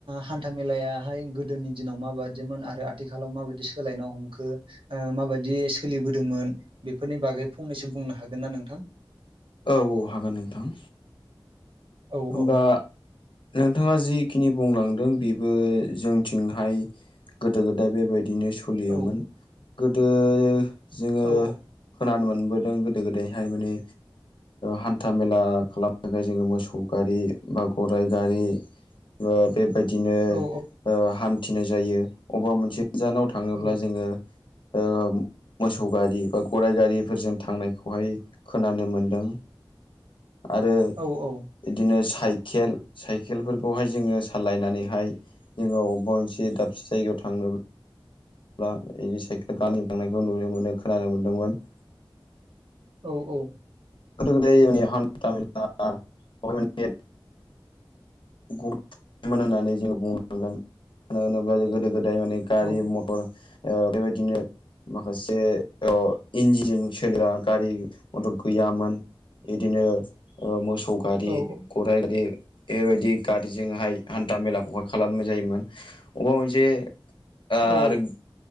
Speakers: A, on the right; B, on the left.
A: हान्था मेलायाहाय गोदोनि दिनाव माबायदिमोन आरो आथिखालाव माबायदि सोलायनो हमखो माबायदि सोलिबोदोंमोन बेफोरनि बागै फंनैसो बुंनो हागोन ना नोंथां?
B: औ औ हागोन नोंथां।
A: औ
B: होनबा
A: औ
B: नोंथाङा जिखिनि बुंलांदों बेबो जोंथिंहाय गोदो गोदाय बेबायदिनो सोलियोमोन
A: औ
B: गोदो जोङो
A: औ
B: खोनानो मोनबोदों गोदो गोदायहाय माने हान्था मेला खालामनो थाखाय जोङो मोसौ गारि बा गराइ गारि बा बेबायदिनो
A: औ
B: ओ हान्थिनाय जायो अबेबा मोनसे गोजानाव थाङोब्ला
A: औ
B: जोङो ओ मोसौ गारि बा गराइ गारिफोरजों थांनायखौहाय खोनानो मोनदों आरो
A: औ औ।
B: बिदिनो साइखेल साइखेलफोरखौहाय जोङो सालायनानैहाय जोंनो अबेबा मोनसे दाबसे जायगायाव थांनो अब्ला बिदि साइकेल गारि थांनायखौ नुनो मोनो खोनानो मोन्दोंमोन
A: औ औ
B: गोदो गोदाय माने हान्था मेला ओमफाय माने <unintelligible> होननानै जोङो बुंलांगोन मानो होनोब्ला जों गोदो गोदाय माने गारि
A: औ
B: मथर ओ बेबायदिनो माखासे अ इन्जिन सोलिग्रा गारि मथर गैयामोन बिदिनो ओ मोसौ गारि
A: औ
B: गराइ गारि बेबायदि गारिजोंहाय हान्था मेलाखौहाय खालामनाय जायोमोन अबा मोनसे ओ आरो
A: औ